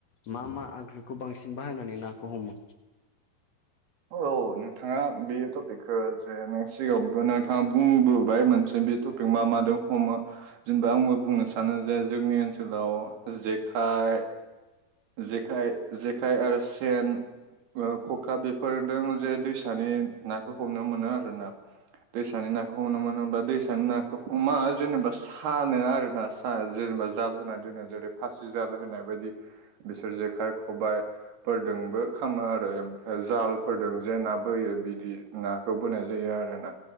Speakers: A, on the left (about 50°); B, on the right (about 80°).
A: मा मा आगजुखौ बांसिन बाहायनानै नाखौ हमो?
B: औ नोंथाङा बे टपिकखौ जे नो सिगाङावबो नोंथाङा बुंबोबाय मोनसे बे टपिक मा मादों हमो। जेनेबा आंबो बुंनो सानो जे जोंनि ओनसोलाव जेखाइ जेखाय जेखाइ आरो सेन ओ खखा बेफोरदों जे दैसानि नाखौ हमनो मोनो आरो ना। दैसानि नाखौ हमनो मोनो होमबा दैसानि नाखौ हमा जेनेबा फानो आरो ना सा जेनेबा जाल होना दोनाय जेरै फासि जाल होनाय बायदि बिसोर जेखाइ-खबाइ फोरदोंबो खामो आरो ओमफ्राय जालफोरजों जे ना बोयो बिदि नाखौ बोनाय जायो आरो ना।